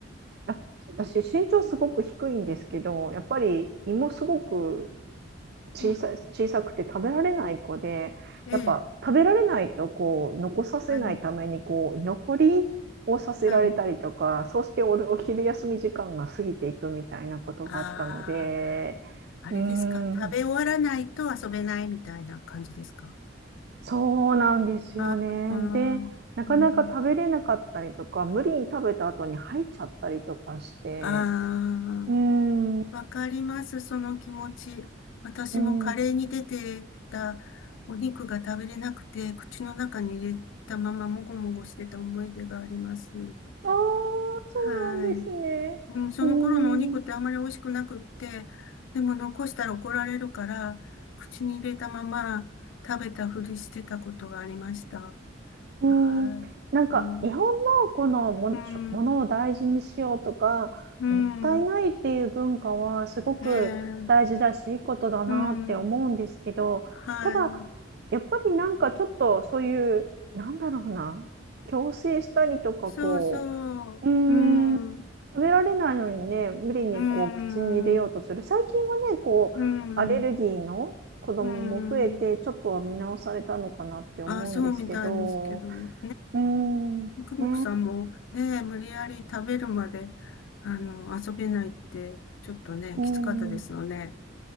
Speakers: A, on the right; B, on the left.
A: やっ私身長すごく低いんですけど、やっぱり胃もすごく小さい、
B: うん。
A: 小さくて食べられない子で、
B: ええ、
A: やっぱ食べられないとこう残させないためにこう居残りをさせられたりとか、
B: はい、はい。
A: そうしておる、お昼休み時間が過ぎていくみたいなことがあったので、
B: ああ、あれですか。
A: うーん、
B: 食べ終わらないと遊べないみたいな感じですか。
A: そうなんですよね。
B: ああー、
A: で、なかなか食べれなかったりとか、
B: うん。
A: 無理に食べた後に吐いちゃったりとかして、
B: あ
A: うーん、う
B: あー、わかります、その気持ち。私もカレーに出てたお肉が食べれなくて、
A: ん、あ
B: 口の中に入れたままもごもごしてた思い出があります。
A: あ、そうなんですね。
B: はい。うん、その頃のお肉ってあまり美味しくなくって、
A: うーん
B: でも残したら怒られるから、口に入れたまま食べたふりしてたことがありました。
A: うーん、
B: はい。
A: なんか日本のこのもの、
B: うん、うん、
A: しょものを大事にしようとか、
B: うん、
A: もったいないっていう文化はすごく大事だし、
B: ええ、
A: いいことだなって思うんですけど、
B: うん、はい。
A: ただ、やっぱりなんかちょっとそういう、なんだろうな、強制したりとか、
B: そうそう。
A: こう、うーん、
B: うん。
A: 食べられないのにね、無理にこう口に入れようとする。
B: うん。
A: 最近はね、こう、
B: うん。
A: アレルギーの子供も増えて、
B: うん。
A: ちょっとは見直されたのかなって思うんですけど、
B: あ、そうみたいですけどね。
A: うん、ねえ、
B: え。久美子さんもね、無理やり食べるまで、あの、遊べないって、ちょっとね、
A: うん、
B: きつかったですよね。